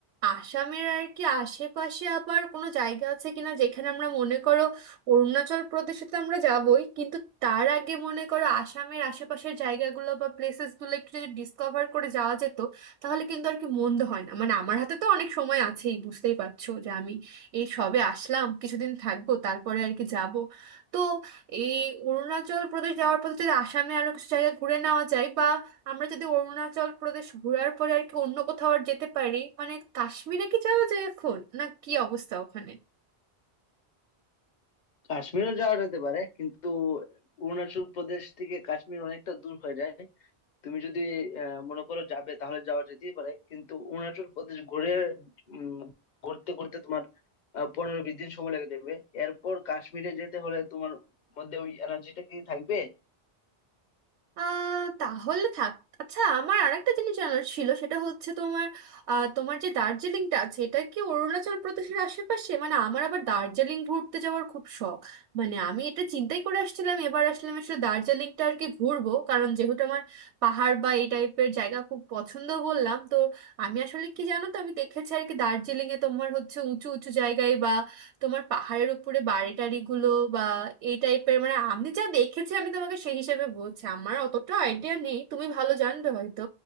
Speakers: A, on the right; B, on the left.
A: আসামের আর কি আশেপাশে আবার কোনো জায়গা আছে কিনা যেখানে আমরা মনে করো অরুণাচল প্রদেশে তো আমরা যাবই কিন্তু তার আগে মনে করো আসামের আশেপাশের জায়গাগুলো বা প্লেসেসগুলো একটু যদি ডিসকভার করে যাওয়া যেত তাহলে কিন্তু আর কি মন্দ হয় না মানে আমার হাতে তো অনেক সময় আছেই বুঝতেই পারছো যে আমি এই সবে আসলাম কিছুদিন থাকবো তারপরে আর কি যাব তো এই অরুণাচল প্রদেশ যাওয়ার পথে যদি আসামে আরো কিছু জায়গা ঘুরে নেওয়া যায় আমরা যদি অরুণাচল প্রদেশ ঘোরার পরে আর কি অন্য কোথাও আর যেতে পারি মানে কাশ্মীরে কি যাওয়া যায় এখন না কি অবস্থা ওখানে
B: কাশ্মীরও যাওয়া যেতে পারে কিন্তু অরুণাচল প্রদেশ থেকে কাশ্মীর অনেকটা দূর হয়ে যায় তুমি যদি আহ, মনে করো যাবে তাহলে যাওয়া যেতেই পারে কিন্তু অরুণাচল প্রদেশ ঘুরে উম, ঘুরতে ঘুরতে তোমার আহ, পনেরো বিশ দিন সময় লেগে যাবে এরপর কাশ্মীরে যেতে হলে তোমার মধ্যে ওই এনার্জিটা কি থাকবে
A: আহ তাহলে থাক আচ্ছা আমার আরেকটা জিনিস জানার ছিল সেটা হচ্ছে তোমার আহ, তোমার যে দার্জিলিংটা আছে এটা কি অরুণাচল প্রদেশের আশেপাশে মানে আমার আবার দার্জিলিং ঘুরতে যাওয়ার খুব শখ মানে আমি এটা চিন্তাই করে আসছিলাম এবার আসলে আমি আসলে দার্জিলিংটা আর কি ঘুরবো কারণ যেহেতু আমার পাহাড় বা এই টাইপের জায়গা খুব পছন্দ বললাম তো আমি আসলে কি জানো তো আমি দেখেছি আর কি দার্জিলিংয়ে তোমার হচ্ছে উঁচু উঁচু জায়গায় বা তোমার পাহাড়ের উপরে বাড়ি টাড়ি গুলো বা এই টাইপের মানে আমি যা দেখেছি আমি তোমাকে সেই হিসেবে বলছি আমার অতটা আইডিয়া নেই তুমি ভালো জানবে হয়তো